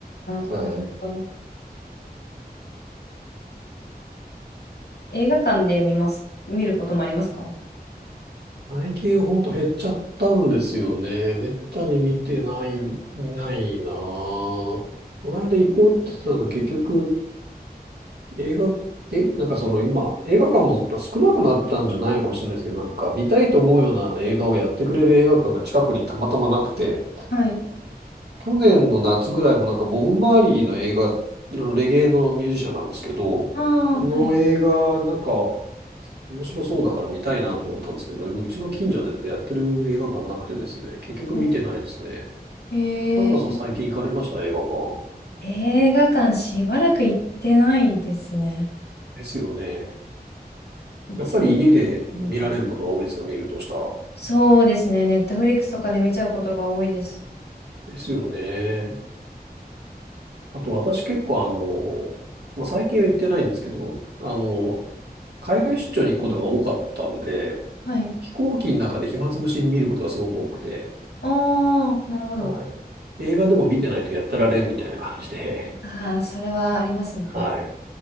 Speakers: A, on the left; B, on the right.
A: あ、
B: はい。
A: なるほど。映画館で見ます、見ることもありますか
B: 最近ほんと減っちゃったんですよね。めったに見てない、見ないなぁ。この間行こうって言ってたの、結局映画、え、なんかその今、映画館も少なくなったんじゃないのかもしれないですけど、なんか見たいと思うようなあの映画をやってくれる映画館が近くにたまたまなくて、
A: はい。
B: 去年の夏ぐらいもなんかボブ・マーリーの映画、あのレゲエのミュージシャンなんですけど、
A: ああはい。
B: の映画、なんか面白そうだから見たいなと思ったんですけど、うちの近所でやってる映画館なくてですね、結局見てないですね。
A: はい。へえ、
B: はるかさん最近行かれました映画館。
A: 映画館しばらく行ってないですね。
B: ですよね。
A: いつ行っ
B: やっぱり家で見られることが多いですか見るとしたら。
A: たのかな。そうですね。ネットフリックスとかで見ちゃうことが多いです。
B: ですよね。あと私結構あの、まあ、最近は行ってないんですけど、あの、海外出張に行くことが多かったんで、
A: はい。
B: 飛行機の中で暇つぶしに見ることがすごく多くて、
A: ああ、なるほど。
B: はい。映画でも見てないとやってられんみたいな感じで、
A: ああ、それはありますね。
B: <laughs> はい。